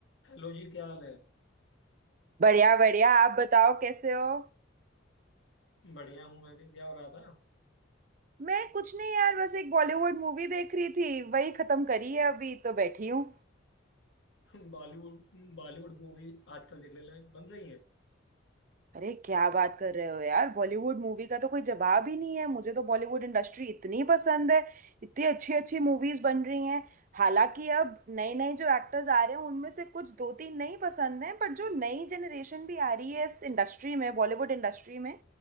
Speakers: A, on the left (about 65°); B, on the right (about 40°).
A: Hello जी क्या हाल है
B: बढ़िया बढ़िया आप बताओ कैसे हो
A: बढ़िया हूँ मैं भी क्या हो रहा था
B: मैं कुछ नहीं यार बस एक बॉलीवुड मूवी देख रही थी वही खत्म करी है अभी तो बैठी हूँ
A: <laughs> बॉलीवुड बॉलीवुड मूवी आजकल देखने लायक बन रही है
B: अरे क्या बात कर रहे हो यार बॉलीवुड मूवी का तो कोई जवाब ही नहीं है मुझे तो बॉलीवुड इंडस्ट्री इतनी पसंद है इतनी अच्छी अच्छी मूवीज बन रही हैं हालांकि अब नए नए जो एक्टर्स आ रहे हैं उनमें से कुछ दो तीन नहीं पसंद हैं बट जो नई जनरेशन भी आ रही है इस इंडस्ट्री में बॉलीवुड इंडस्ट्री में